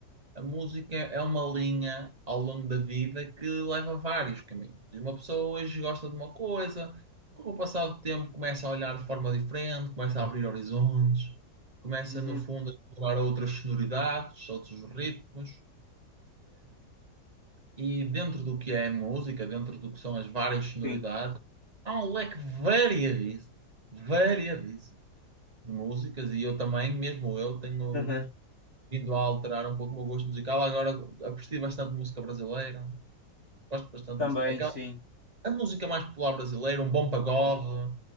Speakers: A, on the right (about 25°); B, on the left (about 40°).
A: A música é uma linha ao longo da vida que leva a vários caminhos. E uma pessoa hoje gosta de uma coisa, com o passar do tempo começa a olhar de forma diferente, começa a abrir horizontes, começa
B: Uhum.
A: no fundo a explorar outras sonoridades, outros ritmos. E dentro do que é a música, dentro do que são as várias sonoridades,
B: Sim.
A: há um leque variadíssimo, variadíssimo de músicas. E eu também, mesmo eu, tenho
B: Uhum.
A: vindo a alterar um pouco o meu gosto musical. Agora aprecio bastante música brasileira. Gosto bastante
B: Também,
A: de música. Aquela,
B: sim.
A: a música mais popular brasileira, um bom pagode,